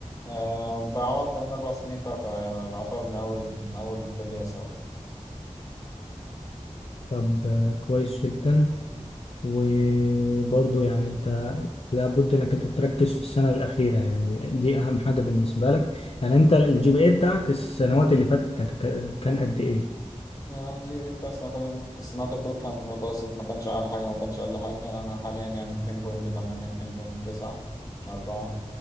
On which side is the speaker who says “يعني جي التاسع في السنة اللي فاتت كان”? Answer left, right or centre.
Left